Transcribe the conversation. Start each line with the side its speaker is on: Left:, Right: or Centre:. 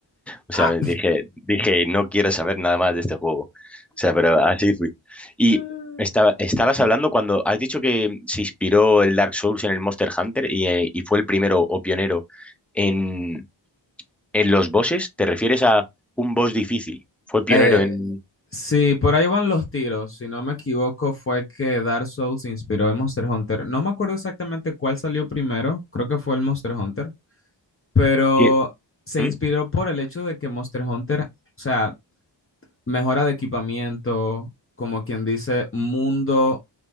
Centre: O
Left: Ah,
Centre: sea, me dije, dije, no quiero saber nada más de este juego. O sea, pero así fui. Y
Left: <laughs>
Centre: estaba, estabas hablando cuando has dicho que se inspiró el Dark Souls en el Monster Hunter y, eh, y fue el primero o pionero en, en los bosses. ¿Te refieres a un boss difícil? Fue pionero
Left: eh,
Centre: en...
Left: Sí, por ahí van los tiros. Si no me equivoco, fue que Dark Souls se inspiró en Monster Hunter. No me acuerdo exactamente cuál salió primero, creo que fue el Monster Hunter, pero
Centre: ¿Qué?
Left: se
Centre: ¿Mm?
Left: inspiró por el hecho de que Monster Hunter, o sea, mejora de equipamiento, como quien dice, mundo,